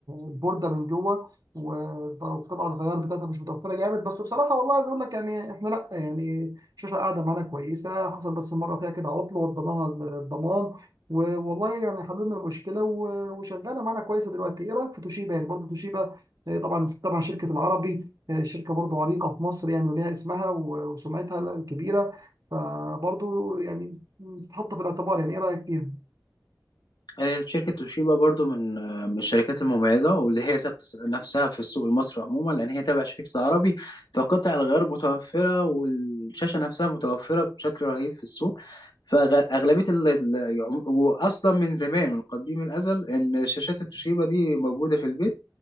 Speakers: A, on the right; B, on the left.
A: البورده من جوه وب- وبتبقى الغيار بتاعتها مش متوفره جامد بس بصراحه والله عايز اقول لك يعني احنا لا يعني الشاشه قاعده معانا كويسه حصل بس مره فيها كده عطل وضناها الضمان و- والله يعني حللنا المشكله و- وشغاله معانا كويسه دلوقتي ايه رايك في توشيبا يعني برضه توشيبا آه، طبعا طبعا شركه العربي آه، شركه برضه عريقه في مصر يعني وليها اسمها و- وسمعتها الكبيره فبرضه يعني تتحط في الاعتبار يعني ايه رايك فيها
B: آه، شركة توشيبا برضو من آه، من الشركات المميزة واللي هي ثابتة س- نفسها في السوق المصري عموما لأن هي تابعة شركة العربي فقطع الغيار متوفرة والشاشة نفسها متوفرة بشكل رهيب في السوق فأغلبية ال... ال- يعم- وأصلا من زمان من قديم الأزل إن شاشات التوشيبا دي موجودة في البيت